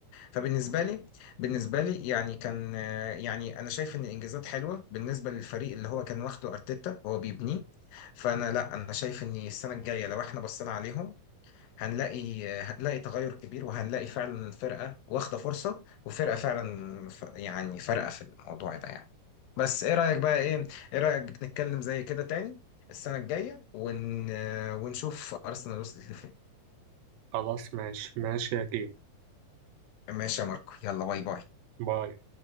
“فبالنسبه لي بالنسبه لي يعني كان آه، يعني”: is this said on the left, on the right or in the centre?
Left